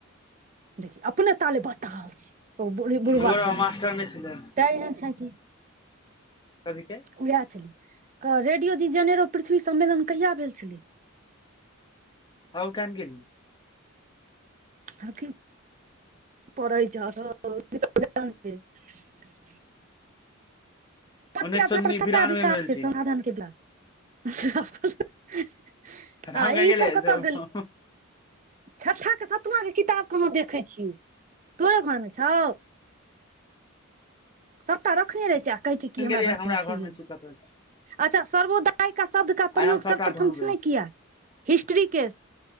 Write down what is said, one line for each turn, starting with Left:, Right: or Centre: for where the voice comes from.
Right: देखियौ अपने ताले बताल छी ओ ब बुढ़बा
Left: गौरव
Right: जनम
Left: मास्टर नहि छलै
Right: तैं एहन छै कि
Left: कथी के
Right: उएह छलै रेडियो दी जेनेरो पृथ्वी सम्मेलन कहिया भेल छलै
Left: हउ कन गेली
Right: ताकी पढ़इ जा तऽ <unintelligible> पत्यध
Left: उन्नैस सौ
Right: पर
Left: बिरानवे
Right: तभिकास
Left: मे भेल
Right: छै
Left: छी
Right: साधन के <unintelligible> आ
Left: हम किया
Right: ई
Left: गेलियै
Right: सब कतऽ गेल छठा के सतुआ के किताब कहाँ देख देखै छ तोरे घरमे छौ सभटा रखने रहै छै आ कहै छै की
Left: गेलियै
Right: हमरा घरमे
Left: घर
Right: छइ है
Left: मे छी कतऽ
Right: अच्छा सर्वोदय का शब्द का प्रयोग
Left: आइ हम सबटा
Right: सर्वप्रथम
Left: ढूंढबै
Right: किसने किया हिस्ट्रीक के